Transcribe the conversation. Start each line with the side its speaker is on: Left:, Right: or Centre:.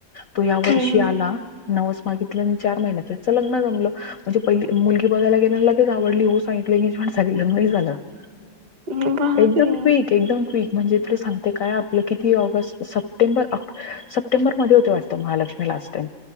Left: तो या वर्षी
Right: हं,
Left: आला नवस मागितला. आणि चार महिन्यात त्याचं लग्न जमलं. म्हणजे पहिली मुलगी बघायला गेला. आणि लगेच आवडली हो सांगितली <unintelligible>
Right: हं. भारी
Left: एकदम
Right: आहे.
Left: क्विक. एकदम क्वीक म्हणजे, तुला सांगते काय आपलं किती ऑगस्ट सप्टेंबर ऑक्टो सप्टेंबर मध्ये होते वाटतं महालक्ष्मी लास्ट टाईम.